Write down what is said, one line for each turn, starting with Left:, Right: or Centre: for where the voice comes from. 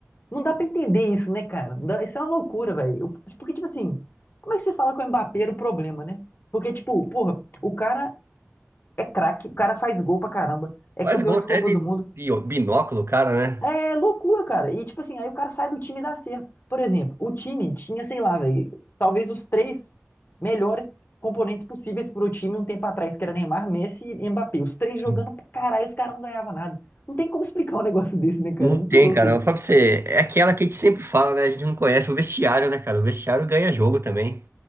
Left: Não dá pra entender isso, né, cara? Não dá- Isso é uma loucura, velho. Eu- Porque, tipo assim, como é que você fala com o Mbappé era o problema, né? Porque, tipo, porra, o cara é craque, o cara faz gol pra caramba, é
Right: Faz
Left: campeão
Right: gol
Left: de
Right: até
Left: Copa
Right: de,
Left: do Mundo.
Right: de binóculo, cara, né?
Left: É loucura, cara. E, tipo assim, aí o cara sai do time e dá certo. Por exemplo, o time tinha, sei lá, velho, talvez os três melhores componentes possíveis pro time um tempo atrás, que era Neymar, Messi e Mbappé. Os três jogando
Right: sim.
Left: pra caralho, os caras não ganhavam nada. Não tem como explicar um <laughs> negócio desse, né, cara?
Right: Não
Left: É muito
Right: tem,
Left: louco
Right: cara.
Left: isso.
Right: Eu falo pra você, é aquela que a gente sempre fala, né? A gente não conhece o vestiário, né, cara? O vestiário ganha jogo também.